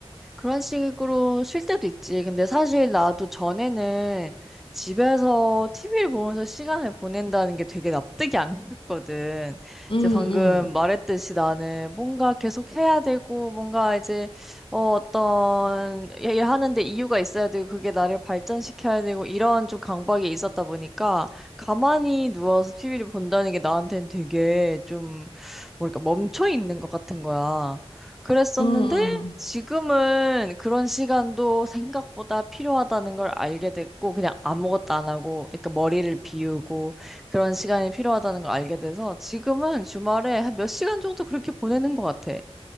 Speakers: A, in the centre; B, on the left.
A: 그런 식으로 쉴 때도 있지. 근데 사실 나도 전에는 집에서 TV를 보면서 시간을 보낸다는 게 되게 납득이 안 갔거든.
B: 응,
A: 이제 방금
B: 응,
A: 말했듯이 나는 뭔가 계속 해야 되고, 뭔가 이제, 어, 어떤, 얘기를 하는데 이유가 있어야 되고, 그게 나를 발전시켜야 되고, 이런 좀 강박이 있었다 보니까, 가만히 누워서 TV를 본다는 게 나한테는 되게 좀, 뭐랄까, 멈춰 있는 것 같은 거야. 그랬었는데,
B: 응, 응.
A: 지금은 그런 시간도 생각보다 필요하다는 걸 알게 됐고, 그냥 아무것도 안 하고, 그러니까 머리를 비우고, 그런 시간이 필요하다는 걸 알게 돼서, 지금은 주말에 한 몇 시간 정도 그렇게 보내는 것 같아.